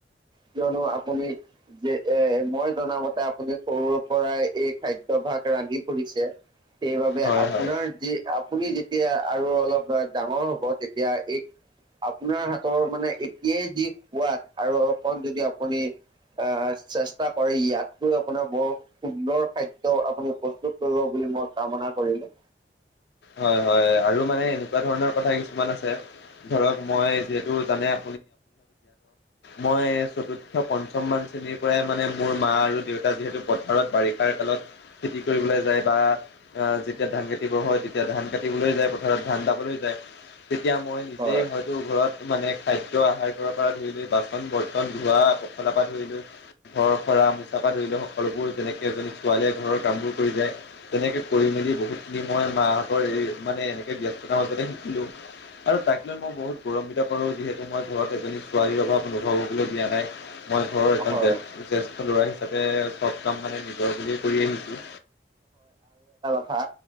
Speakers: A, on the right (about 25°); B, on the left (about 70°).
A: কিয়নো আপুনি যে এ মই জনামতে আপুনি সৰুৰ পৰাই এই খাদ্যয় ভাগ ৰান্ধি পৰিছে সেইবাবে
B: হয়
A: আপোনাৰ
B: হয়
A: যি আপুনি যেতিয়া আৰু অলপ ডাঙৰ হ'ব তেতিয়া এই আপোনাৰ হাতৰ মানে এতিয়াই যি সোৱাদ আৰু যদি আপুনি আহ চেষ্টা কৰে ইয়াতকৈ আপোনাৰ বৰ সুন্দৰ খাদ্য আপুনি প্ৰস্তুত কৰিব বুলি মই কামনা কৰিলো
B: হয় হয় আৰু মানে এনেকুৱা ধৰণৰ কথা কিছুমান আছে ধৰক মই যিহেতু জানে আ মই্ৰ ম মোৰ মা আৰুতা <inaudible> যিহ পথাৰত বাৰিষাৰ কালত খেতি কৰিবলৈ যায় বা যেতিয়া ধান খেতি হয় তেতিয়া ধান কাটিবলৈ যায় পথাৰত ধান দাবলৈ যায় তেতিয়া মই নিজেই
A: হয়।
B: হয়তো ঘৰত মানে খাদ্য আহাৰ কৰাৰ পৰা ধৰি লৈ বাচন বৰ্তন ধোৱা পখলাৰ পৰা ধৰি লৈ ঘৰ সৰা মোচা ধৰি সকলোবোৰ যেনেকে এজনী ছোৱালীয়ে ঘৰৰ কাম বোৰ কৰি যায় তেনেকে কৰিম এই বহুতখিনি মই মাহঁতৰ এই মানে এনেকে ব্যস্ততাৰ মাজতে শিকিলো আৰু তাক লৈ মই বহুত গৌৰম্বিধ কৰোঁ যিহেতু মই ঘৰত এজনী ছোৱালীৰ অভাৱ অনুভৱ হ'বলৈ দিয়া নাই মই ঘৰৰ এজন
A: হয়
B: জ্যেষ্ঠ ল'ৰা হিচাপে চব কাম মানে নিজৰ বুলিয়ে কৰি আহিছোঁ
A: হা